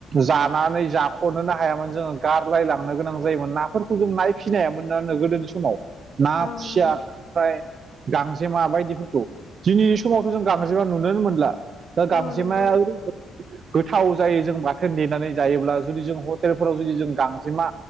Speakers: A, on the right; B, on the left.
A: जानानै जाख'नोनो हायामोन जोङो गारलायलां नो गोनां जायोमोन। नाफोरखौ जों ना फोरखौ जों नायफिनायामोनानो गोदोनि समाव ना
B: औ
A: खुसिया
B: नंगौ
A: ओमफ्राय गांजेमा बायदिफोरखौ दिनैनि समावथ' जों गांजेमा नुुनोनो मोनला। द गांजेमाया
B: औ नंगौ नों
A: ओरैबायदि गोथाव जायो जों बाथोन देनानै जायोब्ला। जुदि जों हटेलफोराव जुदि जों गांजेमा